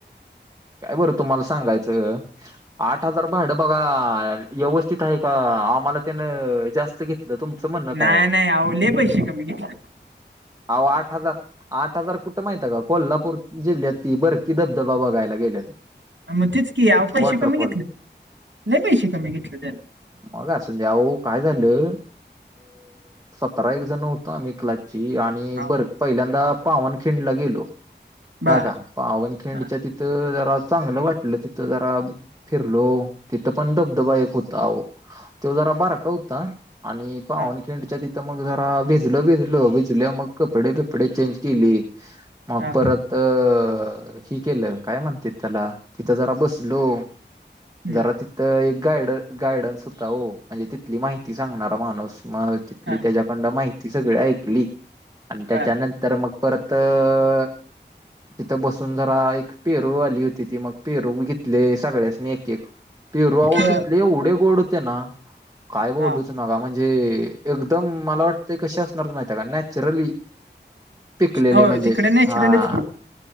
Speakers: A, on the right; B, on the right.
A: काय बरं तुम्हाला सांगायचं आठ हजार भाडं बघा व्यवस्थित आहे का आम्हाला त्याने जास्त घे तुमचं म्हणं
B: नाही
A: काय.
B: नाही ओ लय पैसे कमी घेतलेत.
A: आओ आठ हजार. आठ हजार कुठं माहित आहे. का कोल्हापूर जिल्ह्यात ती भरती धबधबा बघायला गेलेलो.
B: अ ओ मग तेच की पैसे
A: वॉटरफॉल
B: कमी घेतले. लईच पैसे कमी घेतले त्यानं.
A: मग असू द्या. आ हो काय झालं. सतरा एक जण होतो. आम्ही क्लासची आणि
B: अहो
A: बर पहिल्यांदा पावनखिंडला गेलो.
B: बर
A: ह का पावनखिंडच्या
B: हा
A: तिथं जरा चांगलं वाटलं तिथं जरा. फिरलो तिथं पण धबधबा एक होता. आहों तो जरा बारका होता. आणि पावनखिंडच्या
B: हा
A: तीत तिथं जरा भिजलो भिजलो भिजल्यावर मग कपडे बिपडे चेंज केली. मग
B: हा
A: परत त हि केलं काय म्हणतेत तेला तिथं जरा बसलो.
B: हम्म
A: जरा ति त एक गायड गायडन्स होता हो. म्हणजे तिथली माहिती सांगणार माणूस. मग तेच्याकडन
B: हा
A: माहिती सगळी ऐकली. आणि त्याच्यानंतर
B: बर
A: मग परत अ. तिथं बसून जरा एक पेरू वाली होती. ती मग पेरू घेतले सगळ्यासनी एक एक.
B: <inaudible>
A: पेरू आओ
B: बर
A: तिथले येवढे गोड होते ना. काय बोलूच
B: हा
A: नगा म्हणजे एकदम मला वाटते. कशी असणार माहिती आहे का नॅचरली. पिकलेले
B: हो
A: म्हणजे
B: तिकडे नॅचरलच
A: हा.
B: की